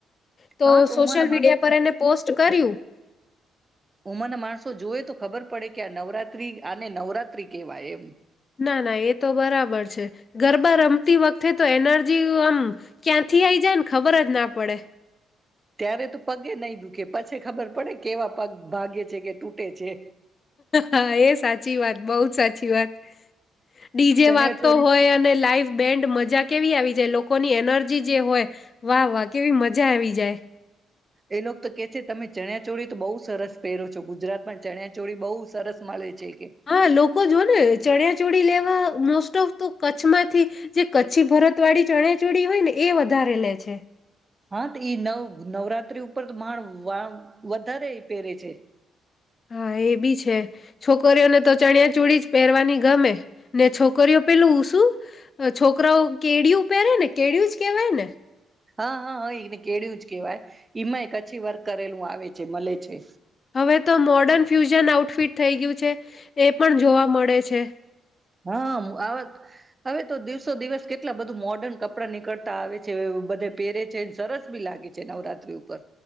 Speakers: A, on the left (about 40°); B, on the right (about 25°).
A: તો
B: હા
A: સોશિયલ
B: ઉંમરના માણ
A: મીડિયા પર એને પોસ્ટ કર્યું
B: ઉમરના માણસો જોએ તો ખબર પડે કે ક નવરાત્રી આ નવરાત્રી કેવાય એમ
A: ના ના એ તો બરાબર છે, ગરબા રમતી વખતે તો એનર્જી આમ ક્યાંથી આઈ જાય ને ખબર જ ના પડે
B: ત્યારે તો પર કે નહી દુખે પછી ખબર પડે કેવા પગ ભાગે છે, કે તૂટે છે.
A: હા એ સાચી વાત બઉ સાચી વાત ડીજે
B: ચણ્યા
A: વાગતો
B: ચોળી
A: હોય અને લાઈવ બેન્ડ મજા કેવી આવી જાય લોકોની એનર્જી જે હોય વાહ વાહ કેવી મજા આવી જાય
B: એ લોકો તો કે છે, તમે ચણ્યા ચોળી તો બઉુ સરસ પહેરો છો ગુજરાત પણ ચણ્યા ચોળી બઉુ સરસ મળે છે. કે
A: હા લોકો જો ને ચણ્યા ચોળી લેવા. મોસ્ટ ઓફ તો કચ્છમાંથી જે કચ્છી ભરત વાળી ચણેચોડી હોય ને એ વધારે લે છે.
B: હા તો ઈ નવ નવરાત્રી ઉપર. ઉપ તો માણ <unintelligible> વધારે પહેરે છે.
A: હા એ બી છે, છોકરીઓને તો ચણ્યા <unintelligible> જ. પહેરવાની ગમે. ને છોકરીઓ પેલું શું. છોકરાઓ કેળ પહેરે ને કેળું જ કેવાય ને.
B: હા હા હો એને કેળું જ કેવાય. ઈમાંય કછી વર્ક કરેલું આવે છે, મળે છે.
A: હવે તો મોર્ડર્ન ફ્યુ આઉટફિટ થઈ ગયું છે, એ પણ જોવા મળે છે.
B: હા હવે તો દિવસો દિવસ કેટલા બધું મોર્ડર્ન કપડાં નીકળતા આવે છે, બધે પહેરે છે, સરસ બી લાગે છે નવરાત્રી ઉપર.